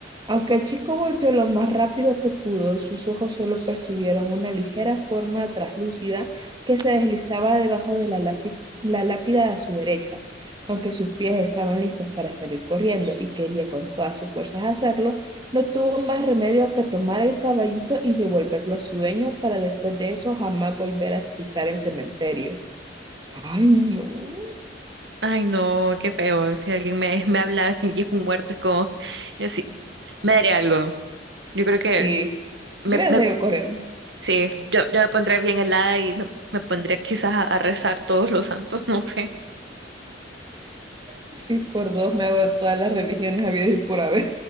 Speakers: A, on the right; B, on the right.
A: Aunque el chico volteó lo más rápido que pudo, sus ojos solo percibieron una ligera forma traslúcida que se deslizaba debajo de la lápi- la lápida a su derecha. Aunque sus pies estaban listos para salir corriendo y quería con todas sus fuerzas hacerlo, no tuvo más remedio que tomar el caballito y devolverlo a su dueño para después de eso jamás volver a pisar el cementerio. Ay, no.
B: Ay, no, qué feo. Si alguien me, me habla <laughs> y es un muerto, es como, yo sí, me daría algo. Yo creo que
A: Sí,
B: me,
A: yo hubiera
B: me
A: salido corriendo.
B: Sí, yo, yo me pondría bien helada y me, me pondría quizás a, a rezar todos los santos, <laughs> no sé.
A: Sí, por dos me hago de todas las religiones habidas y por haber.